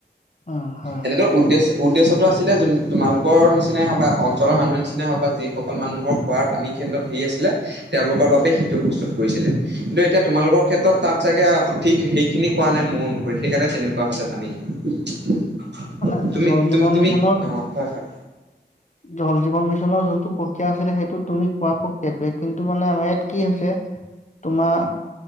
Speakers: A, on the left; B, on the right.
A: উম হয়
B: এনেতো উদ্দেশ্য উদ্দেশ্যটো আছিলে জোন-তোমালোক নিচি নিচিনাই হওঁক বা অঞ্চলৰ মানুহৰ নিচিনাই হওক বা যিসকল মানুহৰ খোৱাৰ পানী কেন্দ্ৰত হেৰি আছিলে, তেওঁলোকৰ বাবোবেই সেইটো প্ৰস্তুত কৰিছিলে, কিন্তু এতিয়া তোমালোকৰ ক্ষেত্ৰত তাত চাগে সঠিক সেইখিনি কোৱা নাই, মোৰ অনুসৰি সেইকাৰণে তেনেকুৱা হৈছে পানীখিনি।
A: মানে
B: তুমি-তুমি-তুমি
A: জল জীৱন মিছনৰ
B: অ', হয়-হয়।
A: জল জীৱন মিছনৰ যোনটো প্ৰক্ৰিয়া আছিলে সেইটো তুমি কোৱা প্ৰক্ৰিয়াতোৱে, কিন্তু মানে আমাৰ ইয়াত কি হৈছে তোমাৰ,